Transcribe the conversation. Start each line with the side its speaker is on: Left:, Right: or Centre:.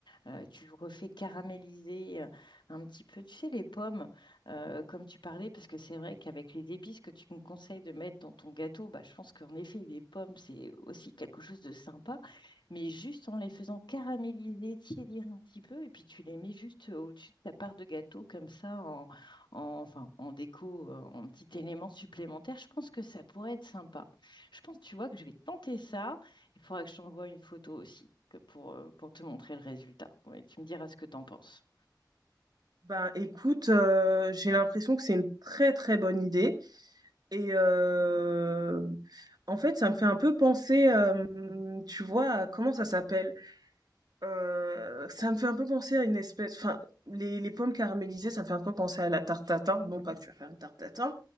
Left: euh, tu refais caraméliser euh, un petit peu, tu sais, les pommes, euh, comme tu parlais, parce que c'est vrai qu'avec les épices que tu me conseilles de mettre dans ton gâteau, bah, je pense qu'en effet, les pommes, c'est aussi quelque chose de sympa, mais juste en les faisant caraméliser, tiédir un petit peu, et puis tu les mets juste euh, au-dessus de ta part de gâteau, comme ça, en- enfin, en déco, euh, en petit élément supplémentaire, je pense que ça pourrait être sympa. Je pense, tu vois, que je vais tenter ça. Il faudra que je t'envoie une photo aussi que pour, euh, pour te montrer le résultat. Ouais, tu me diras ce que t'en penses.
Right: Ben écoute, euh, j'ai l'impression que c'est une très très bonne idée. Et euh, en fait, ça me fait un peu penser, euh, tu vois, à- comment ça s'appelle? Euh, ça me fait un peu penser à une espèce, enfin, les, les pommes caramélisées, ça me fait un peu penser à la tarte tatin. Bon, pas que je vais faire une tarte tatin,